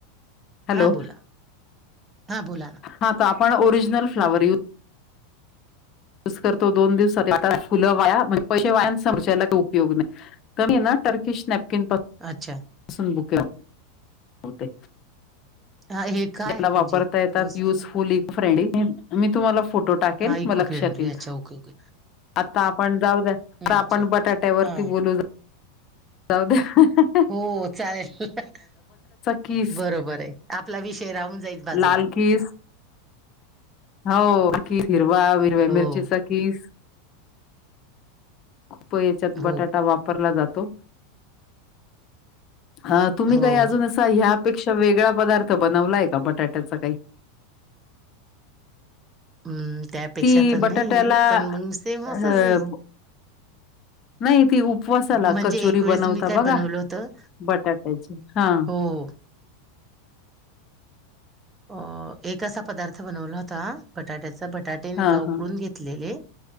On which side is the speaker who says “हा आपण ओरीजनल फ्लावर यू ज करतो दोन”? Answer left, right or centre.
Left